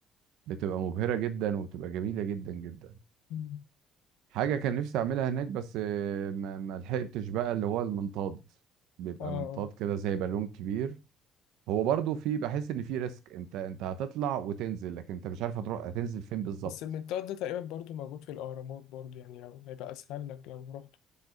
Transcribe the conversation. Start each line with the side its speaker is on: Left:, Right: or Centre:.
Right: بتبقى مبهرة جدا وبتبقى جميلة جدا جدا
Left: مم.
Right: حاجة كان نفسي اعملها هناك بس آه، ما ما لحقتش بقى اللي هو المنطاد بيبقى
Left: اه آه.
Right: منطاد كده زي بالون كبير هو برضو في بحس ان في ريسك انت انت هتطلع وتنزل لكن انت مش عارف هتروح هتنزل فين بالظبط
Left: بس المنطاد ده تقريبا برضو موجود في الأهرامات برضو يعني لو هيبقى أسهل لك لو رحت